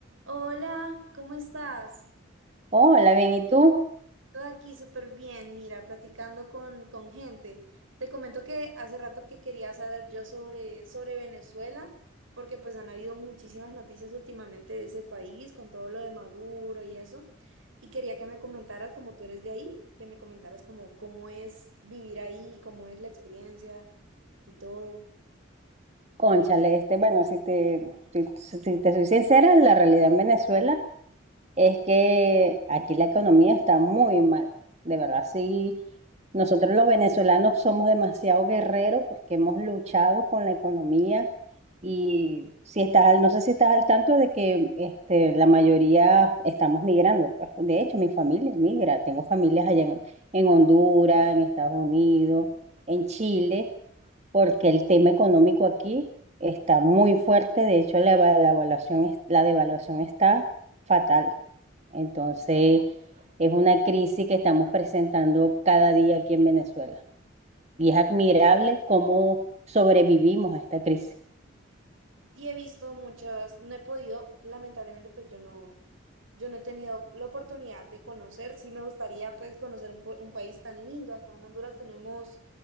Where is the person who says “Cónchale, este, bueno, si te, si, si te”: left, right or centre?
Right